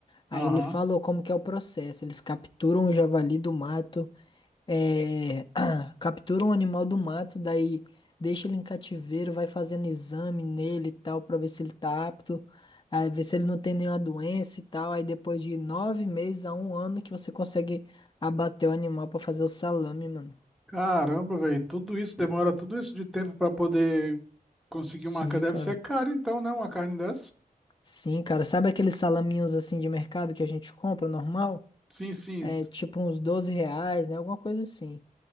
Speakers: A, on the left; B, in the centre.
A: Aí
B: Aham.
A: ele falou como que é o processo. Eles capturam o javali do mato, é, <clears throat> captura um animal do mato, daí deixa ele em cativeiro, vai fazendo exame nele e tal, pra ver se ele tá apto, aí ver se ele não tem nenhuma doença e tal. Aí depois de nove meses a um ano que você consegue abater o animal pra fazer o salame, mano.
B: Caramba, velho. Tudo isso demora tudo isso de tempo pra poder conseguir
A: Sim,
B: uma carne.
A: cara.
B: Deve ser caro, então, né? Uma carne dessa.
A: Sim, cara, sabe aqueles salaminhos assim de mercado que a gente compra normal?
B: Sim, sim.
A: É tipo uns 12 reais, né? Alguma coisa assim.